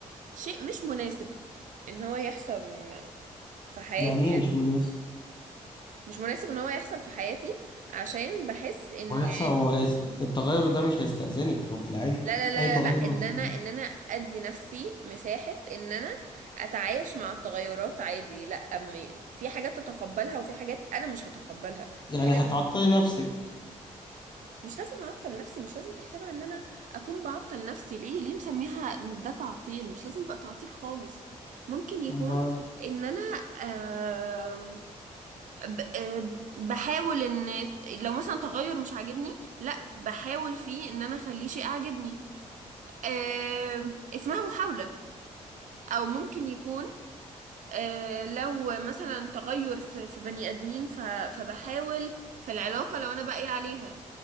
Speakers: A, on the right; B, on the left.
A: شيء مش مناسب ان هو يحصل في حياتي
B: يعني ايه
A: يعني
B: مش مناسب
A: مش مناسب ان هو يحصل في حياتي عشان بحس ان
B: وهيحصل هو هيس- التغير ده مش هيستأذنك هو في العادي
A: لا لا لا
B: أي تغير
A: لا لا ان
B: هت-
A: انا ان انا ادي نفسي مساحة ان انا اتعايش مع التغيرات عادي لا أم في حاجات تتقبلها وفي حاجات انا مش هتقبلها
B: يعني
A: في حاجات
B: هتعطلي نفسك
A: مش لازم اعطل نفسي مش لازم تحسبها ان انا اكون بعطل نفسي ليه ليه مسميها ده تعطيل مش لازم يبقى تعطيل خالص ممكن يكون
B: أمال
A: ان انا آم، ب- آم، بحاول ان لو مثلا تغير مش عاجبني لا بحاول فيه ان انا اخليه شيء اعجبني آم، اسمها محاولة او ممكن يكون آه، لو مثلا تغير في في بني ادمين ف- فبحاول في العلاقه لو انا باقي عليها